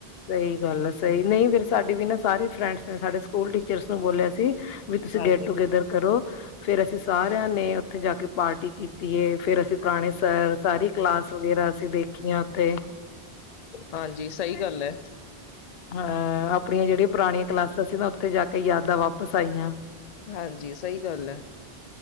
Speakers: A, on the left; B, on the left.
A: ਸਈ ਗੱਲ ਆ ਸਈ ਨਈਂ ਫੇਰ ਸਾਡੇ ਵੀ ਨਾ ਸਾਰੇ ਫਰੈਂਡਸ ਨੇ ਸਾਡੇ ਸਕੂਲ ਟੀਚਰਸ ਨੂੰ ਬੋਲੇਆ ਸੀ ਵੀ ਤੁਸੀਂ
B: ਹਾਂਜੀ
A: ਗੈਟ ਟੂਗੇੈਦਰ ਕਰੋ, ਫੇਰ ਅਸੀਂ ਸਾਰੇਆਂ ਨੇ ਓਥੇ ਜਾ ਕੇ ਪਾਰਟੀ ਕੀਤੀ ਏ ਫੇਰ ਅਸੀਂ ਪੁਰਾਨੇ ਸਰ ਸਾਰੀ ਕਲਾਸ ਵਗੈਰਾ ਅਸੀਂ ਦੇਖੀਆਂ ਓਥੇ
B: ਹਾਂਜੀ ਸਈ ਗੱਲ ਐ।
A: ਹਾਂ ਆਪਨੀਆਂ ਜੇੜੀਆਂ ਪੁਰਾਨੀਆਂ ਕਲਾਸਾਂ ਸੀ ਨਾ ਓਥੇ ਜਾ ਕੇ ਯਾਦਾਂ ਵਾਪਸ ਆਈਆਂ।
B: ਹਾਂਜੀ ਸਈ ਗੱਲ ਐ,